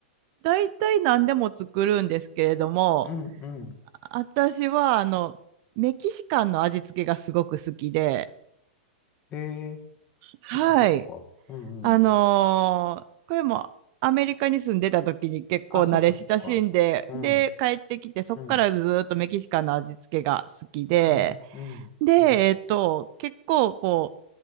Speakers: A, on the right; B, on the left.
A: 大体何でも作るんですけれども、
B: うんうん。
A: 私はあの、メキシカンの味付けがすごく好きで、
B: へえ、そっかそっか。
A: はい。
B: うんうん。
A: あのーこれもアメリカに住んでた時に結構慣れ親しんで、
B: あ、そっかそっか。うん、
A: で、
B: うん、
A: 帰ってきて、そこからずーっとメキシカンの味付けが好きで、
B: うん、うん、うん、
A: で、えっと、結構こ